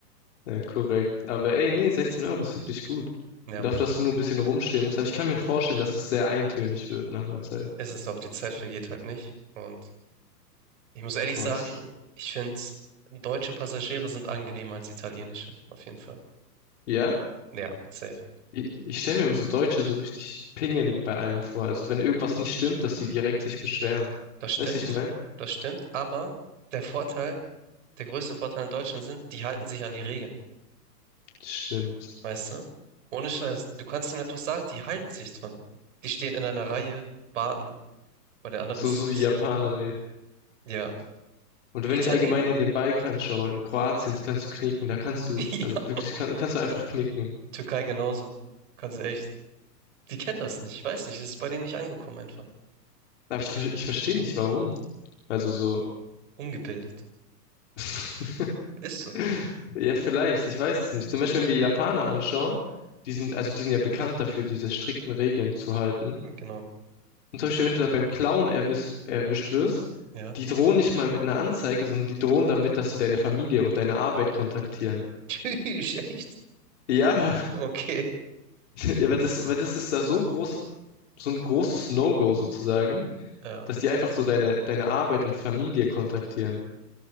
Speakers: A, on the left; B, on the right.
A: Ja, korrekt. Aber ey, nee, 16 Euro ist wirklich gut.
B: Ja,
A: Und
B: Mann,
A: dafür, dass du nur ein bisschen rumstehen musst. Aber ich kann mir vorstellen, dass es sehr eintönig wird nach einer Zeit.
B: es ist auch, die Zeit vergeht halt nicht. Und ich muss ehrlich
A: Boah,
B: sagen, ich finde, deutsche Passagiere sind angenehmer als italienische, auf jeden Fall.
A: ja?
B: Ja, safe.
A: Ich, ich stelle mir immer so Deutsche so richtig pingelig bei allem vor. Also wenn irgendwas nicht stimmt, dass sie direkt sich beschweren.
B: Das stimmt,
A: Weißt du, ich mein?
B: das stimmt, aber der Vorteil, der größte Vorteil in Deutschland sind, die halten sich an die Regeln,
A: Stimmt.
B: weißt du? Ohne Scheiß, du kannst ihnen etwas sagen, die halten sich dran. Die stehen in einer Reihe, warten, bei den anderen
A: So,
B: ist
A: so
B: es nicht
A: wie Japaner
B: so. Ja,
A: Und
B: die
A: wenn
B: Italiener,
A: ich allgemein in den Balkan schaue, in Kroatien, das kannst du knicken, da kannst
B: <laughs>
A: du,
B: ja,
A: also wirklich, kann, kannst du einfach knicken.
B: Türkei genauso, kannst du echt, die kennen das nicht, ich weiß nicht, es ist bei denen nicht angekommen einfach.
A: Aber ich, ver- ich verstehe nicht, warum. Also so,
B: Ungebildet,
A: <laughs>
B: ist so,
A: ja, vielleicht, ich weiß es nicht. Zum Beispiel, wenn wir Japaner anschauen, die sind, also die sind ja bekannt dafür, diese strikten Regeln zu halten.
B: genau,
A: Und zum Beispiel, wenn du da beim Klauen erwischt, erwischt wirst,
B: ja.
A: die drohen nicht mal mit einer Anzeige, sondern die drohen damit, dass sie deine Familie und deine Arbeit kontaktieren.
B: <laughs> Tschüss, echt?
A: Ja,
B: Okay,
A: <laughs> ja, weil das, weil das ist da so groß, so ein großes No-Go sozusagen.
B: ja,
A: dass die einfach so deine, deine Arbeit und Familie kontaktieren.